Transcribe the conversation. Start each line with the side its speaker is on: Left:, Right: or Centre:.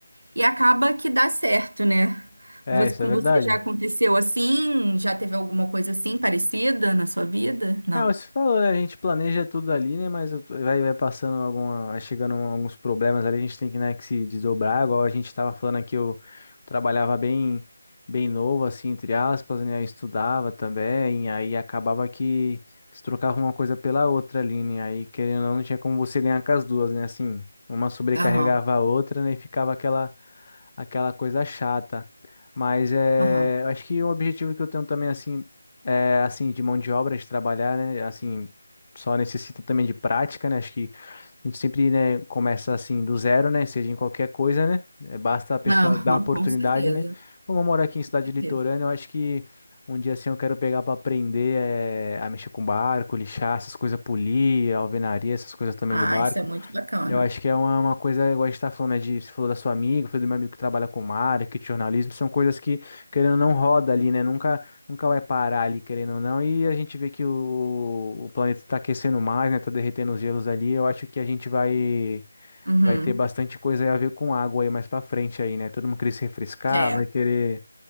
Right: e acaba que dá certo, né?
Left: É,
Right: Você-
Left: isso
Right: com
Left: é verdade.
Right: você já aconteceu assim? Já teve alguma coisa assim parecida na sua vida? Não.
Left: É, você falou, né? A gente planeja tudo ali, né? Mas eu- vai, vai passando alguma, vai chegando alguns problemas ali, a gente tem que, né, que se desdobrar, igual a gente tava falando aqui, eu trabalhava bem, bem novo, assim, entre aspas, né? Eu estudava também, aí acabava que se trocava uma coisa pela outra ali, né? Aí, querendo ou não, não tinha como você ganhar com as duas, né? Assim, uma sobrecarregava
Right: Aham.
Left: a outra, né? E ficava aquela, aquela coisa chata. Mas é,
Right: Aham.
Left: eu acho que um objetivo que eu tenho também, assim, é, assim, de mão de obra, de trabalhar, né? Assim, só necessita também de prática, né? Acho que a gente sempre, né, começa assim do zero, né? Seja em qualquer coisa, né? É, Basta a pessoa
Right: Aham,
Left: dar uma oportunidade,
Right: com certeza,
Left: né? Como eu moro aqui em cidade
Right: com certeza.
Left: litorânea, eu acho que um dia assim eu quero pegar para aprender eh, a mexer com barco, lixar essas coisas, polir, alvenaria, essas coisas também
Right: Ah,
Left: do barco.
Right: isso é muito bacana.
Left: Eu acho que é uma, uma coisa, igual a gente tá falando, né, de, você falou da sua amiga, foi do meu amigo que trabalha com marketing, jornalismo, são coisas que, querendo ou não, roda ali, né, nunca, nunca vai parar ali, querendo ou não, e a gente vê que o, o planeta tá aquecendo mais, né, tá derretendo os gelos ali, eu acho que a gente vai,
Right: Uhum.
Left: vai ter bastante coisa a ver com água aí mais pra frente aí, né, todo mundo querer se refrescar,
Right: É,
Left: vai querer,